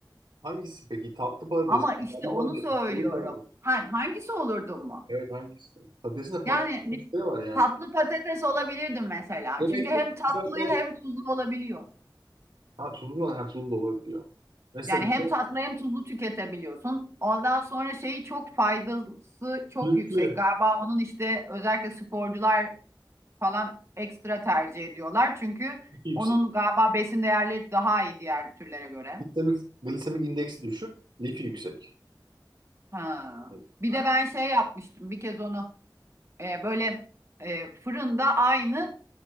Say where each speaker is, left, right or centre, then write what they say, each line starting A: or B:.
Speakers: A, on the right (about 75°); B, on the right (about 35°).
A: Hangisi peki? Tatlı patates,
B: Ama
A: şekerli
B: işte onu
A: patates,
B: söylüyorum.
A: köylü patates.
B: Ha- hangisi olurdun mu?
A: Evet hangisi? Patatesin de patates
B: Yani ne-
A: sosları var yani.
B: tatlı patates olabilirdim mesela.
A: Yemekli
B: Çünkü hem tatlıyı
A: kızartmalık.
B: hem tuzlu olabiliyor.
A: Ha tuzlu da, ha tuzlu da olabiliyor. Mesela
B: Yani hem
A: yemek
B: tatlı hem tuzlu tüketebiliyorsun. Ondan sonra şeyi çok faydası çok
A: lifli,
B: yüksek. Galiba onun işte özellikle sporcular falan ekstra tercih ediyorlar. Çünkü
A: lifi yüksek.
B: onun galiba besin değerleri daha iyi diğer türlere göre.
A: Glisemik, glisemik indeksi düşük, lifi yüksek.
B: Ha.
A: Evet,
B: Bir
A: aynen.
B: de ben şey yapmıştım bir kez onu e, böyle e, fırında aynı